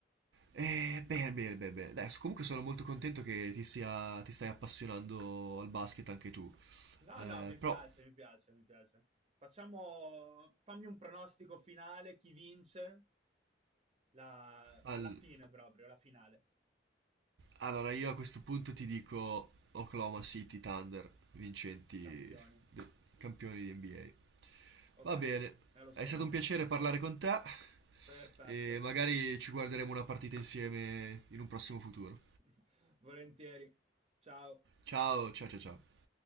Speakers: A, on the right; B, on the right.
A: E bene, bene, bene, bene. Adesso, comunque sono molto contento che ti sia, ti stai appassionando al basket anche tu.
B: No,
A: Eh,
B: no, mi
A: però,
B: piace, mi piace, mi piace. Facciamo, fammi un pronostico finale, chi vince la-
A: al-
B: alla fine proprio, la finale.
A: allora io a questo punto ti dico Oklahoma City Thunder, vincenti,
B: Campioni.
A: de- campioni di NBA. Va
B: Ok,
A: bene,
B: me lo
A: è
B: segno,
A: stato un piacere
B: me lo
A: parlare
B: segno.
A: con te
B: Perfetto.
A: e magari ci guarderemo una partita insieme in un prossimo futuro.
B: <laughs> Volentieri. Ciao.
A: Ciao, ciao, ciao, ciao.